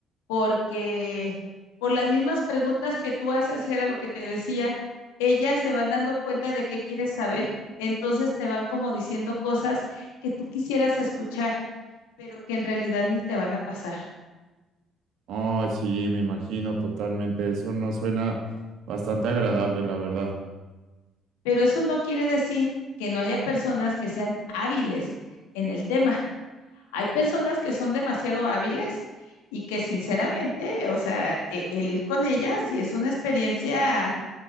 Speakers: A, on the left; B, on the right.
A: porque por las mismas preguntas que tú haces, era lo que te decía, ellas se van dando cuenta de qué quieres saber, entonces te van como diciendo cosas que tú quisieras escuchar, pero que en realidad ni te van a pasar.
B: Oh, sí, me imagino totalmente. Eso no suena bastante agradable, la verdad.
A: Pero eso no quiere decir que no haya personas que sean hábiles en el tema. Hay personas que son demasiado hábiles y que sinceramente, o sea, e- el ir con ellas sí es una experiencia